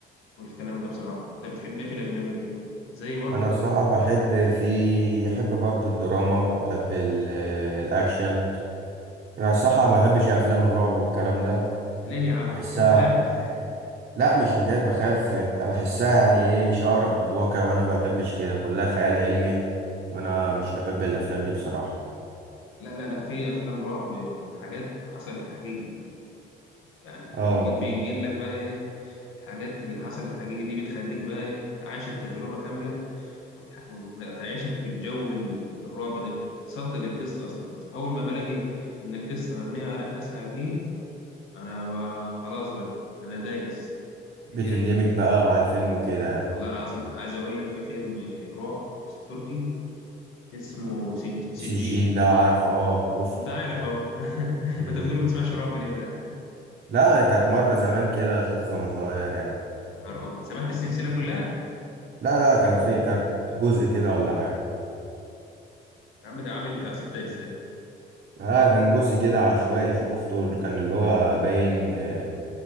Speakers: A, on the left; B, on the right.
A: والكلام ده بصراحه انت بتحب ايه في الاجنبي زي برضه
B: أنا
A: ولا
B: الصراحة بحب في أحب برضو الدراما وأحب ال- الأكشن أنا الصراحة ما بحبش أفلام الرعب والكلام ده
A: ليه يا عم
B: بحسها
A: <laughs> انت بتخاف
B: لأ مش حكاية بخاف بحسها يعني إيه مش أقرب للواقع وأنا ما بحبش كده كلها خيال علمي وأنا مش بحب الأفلام دي بصراحة
A: لا لا لا في افلام رعب حاجات حصلت حقيقي يعني بينج-
B: آه
A: بينجل لك بقى ايه الحاجات اللي حصلت حقيقي دي بتخليك بقى ايه تعيش التجربه كامله وتح- وتعيشك في الجو ال- الرعب ده بت- بتصدق القصه اصلا اول ما بلاقي ان القصه مبنيه على احداث حقيقيه انا ب- خلاص بقى انا دايس يعني
B: بتندمج
A: ديت
B: بقى مع الفيلم
A: آه.
B: وكده يعني
A: والله العظيم عايز اقول لك في فيلم رعب تركي اسمه سج- سجين
B: السجين ده عارفه آه شفته
A: انت عارف اهو <laughs> ما
B: مم.
A: انت بتقول ما بتسمعش رعب ليه بقى
B: لأ كانت مرة زمان كده شفته وأنا صغير يعني
A: يا نهار ابيض سمعت السلسله كلها
B: لا لا كان في كانت جزء كده ولا حاجة
A: يا عم ده عامل بتاع ست اجزاء
B: لا كان جزء كده عشوائي شفته اللي كان اللي هو باين آه،